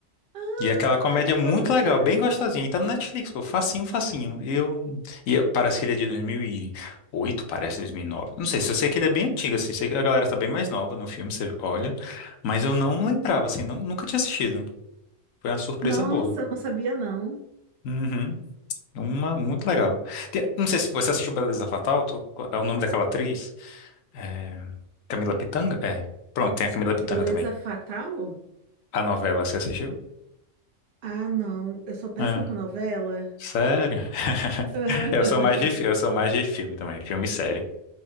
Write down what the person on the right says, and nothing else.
Ah,
eu
vou anotar.
Nossa,
eu não sabia não.
Beleza
Fatal?
Ah, não. Eu sou péssima
com novela.
Aham.
<laughs>